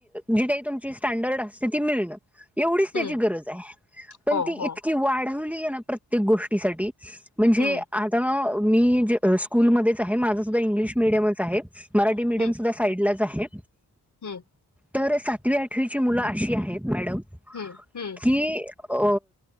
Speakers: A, in the centre; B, on the left (about 45°).
A: जी काही तुमची स्टँडर्ड असते ती मिळण एवढीच त्याची
B: हम्म
A: गरज आहे पण
B: हो
A: ती
B: हो
A: इतकी वाढवली आहे ना प्रत्येक गोष्टीसाठी म्हणजे
B: हम्म
A: आता मीे स्कूलमध्येच आहे माझं सुद्धा इंग्लिश मिडियमच आहे मराठी मिडियम
B: हम्म
A: सुद्धा साईडलाच आहे
B: हम्म
A: तर सातवी आठवीची मुलं अशी आहेत मॅडम
B: हम्म हम्म
A: की अ